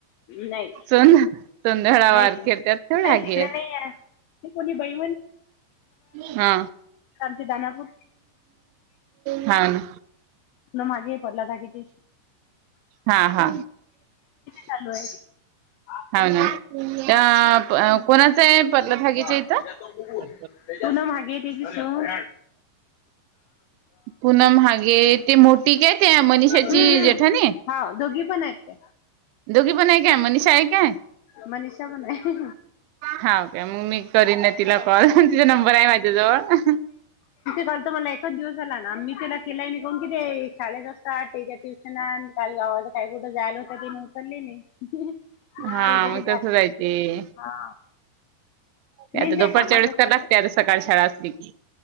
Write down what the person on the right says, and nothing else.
सोंधळा
वारके
त्यात तेवड्या घेेत
हा
हा ना
हा हा
हा ना या प अ कोणाच आहे पडलं भाागीच्या
इथं
पूनम हागे ते मोठी काय त्या
मनिषाची
जेठाणी
दोघी पण आहे काय मनीष आहे काय
हा ओके मग मी करीन ना तिला कॉल तिचा नंबर आहे माझ्या जवळ
हा मग तसं जायचे
ते
आता
दुपार
चाळीस
का लागते आता सकाळी शाळा असतेी